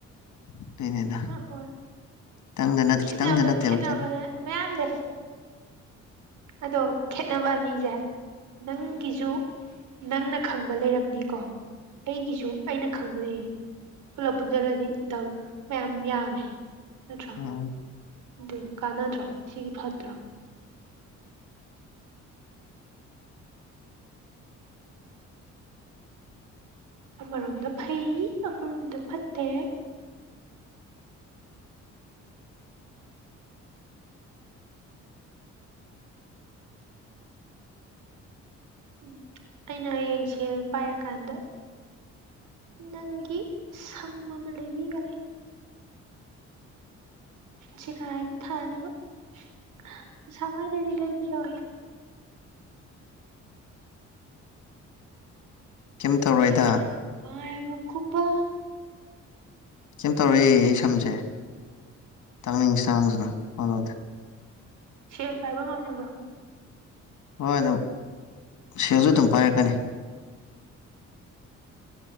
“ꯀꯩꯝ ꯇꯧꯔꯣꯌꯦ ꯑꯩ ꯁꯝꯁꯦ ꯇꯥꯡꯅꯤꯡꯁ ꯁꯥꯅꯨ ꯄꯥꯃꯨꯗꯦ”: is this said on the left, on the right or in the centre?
Left